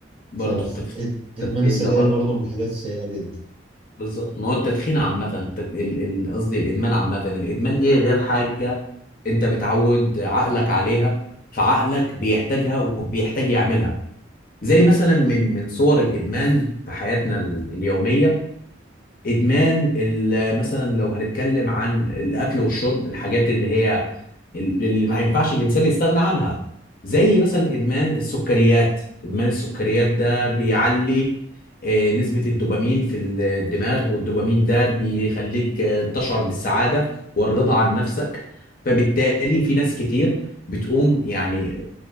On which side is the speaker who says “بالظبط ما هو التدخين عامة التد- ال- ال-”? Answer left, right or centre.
Left